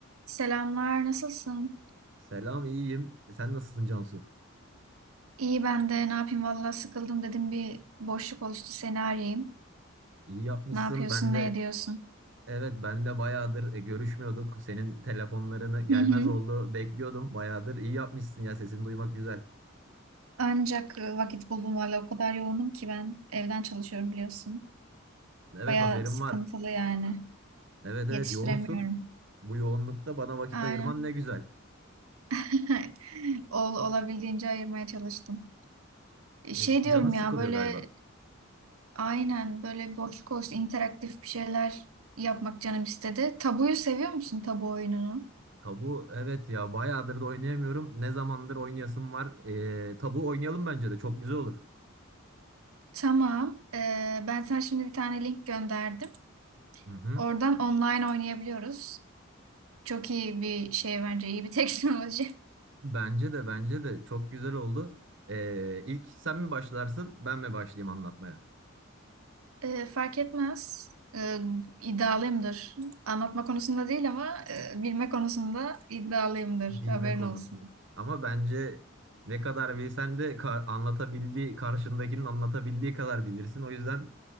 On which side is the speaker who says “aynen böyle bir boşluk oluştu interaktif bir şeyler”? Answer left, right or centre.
Right